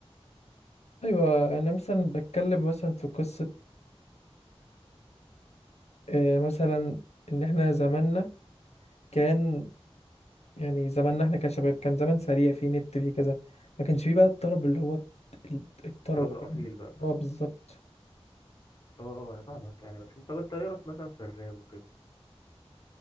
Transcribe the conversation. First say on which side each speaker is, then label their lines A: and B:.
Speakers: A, on the left; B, on the left.
A: ايوه انا مثلا بتكلم مثلا في قصه آه، مثلا ان احنا زماننا كان يعني زماننا احنا كشباب كان زمان سريع فيه نت فيه كذا ما كانش فيه بقى الطرب اللي هو ال- الطرب
B: التراب الأصيل
A: فاهم
B: بقى فاهمني؟
A: هو بالظبط
B: اه اه أنا فاهمك يعني بس أنت طب أنت إيه رأيك مثلا في الراب وكده